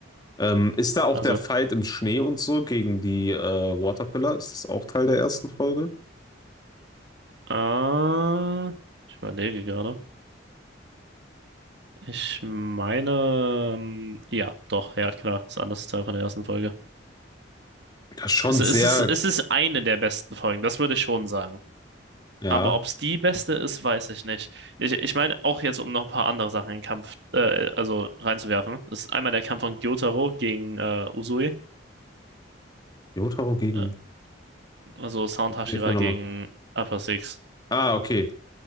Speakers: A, on the left (about 20°); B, on the right (about 60°).
A: Ähm, ist da auch
B: Also,
A: der Fight im Schnee und so gegen die äh, Waterpillar? Ist das auch Teil der ersten Folge?
B: äh, ich überlege gerade. Ich meine, ähm, ja, doch, ja, klar, ist ein anderes Teil von der ersten Folge.
A: Das ist schon
B: Es, es
A: sehr,
B: ist, es ist eine der besten Folgen, das würde ich schon sagen.
A: ja.
B: Aber ob es die beste ist, weiß ich nicht. Ich, ich meine, auch jetzt, um noch ein paar andere Sachen in den Kampf, äh, also reinzuwerfen, ist einmal der Kampf von Gyotaro gegen äh, Uzui,
A: Jotaro gegen.
B: äh, also Sound Hashira
A: Hilf mir nochmal.
B: gegen Upper Six.
A: Ah, okay.